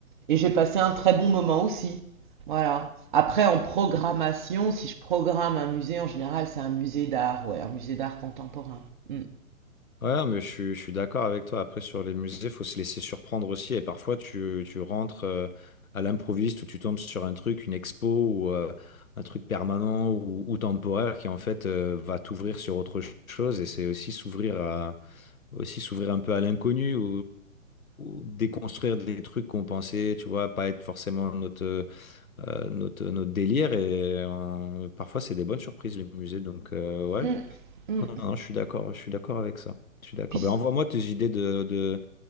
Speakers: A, on the right (about 35°); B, on the left (about 75°).
A: Et j'ai passé un très bon moment aussi. Voilà. Après, en programmation, si je programme un musée, en général, c'est un musée d'art, ouais, un musée d'art contemporain. Mm.
B: Ouais, ouais, mais je suis, je suis d'accord avec toi. Après, sur les musées, faut se laisser surprendre aussi. Et parfois, tu, tu rentres euh, à l'improviste ou tu tombes sur un truc, une expo ou euh, un truc permanent ou, ou temporaire qui, en fait, euh, va t'ouvrir sur autre ch- chose. Et c'est aussi s'ouvrir à, aussi s'ouvrir un peu à l'inconnu ou, ou déconstruire des trucs qu'on pensait, tu vois, pas être forcément notre, euh, notre, notre délire. Et euh, parfois, c'est des bonnes surprises, les musées. Donc, euh, ouais,
A: Mm, mm.
B: non, je suis d'accord, je suis d'accord avec ça. Je suis d'accord.
A: Puis,
B: Ben, envoie-moi tes idées de, de,